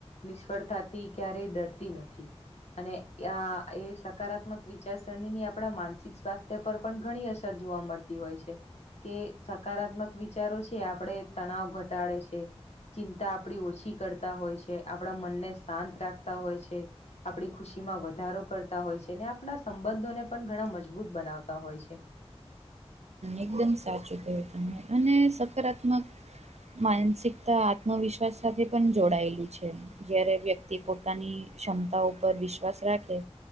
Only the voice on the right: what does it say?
એકદમ સાચું કહ્યું તમે અને સકારાત્મક માનસિક તા આત્મવિશ્ર્વાસ સાથે પણ જોડાયેલું છે. જયારે વ્યક્તિ પોતાની ક્ષમતા ઉપર વિશ્વાસ રાખે,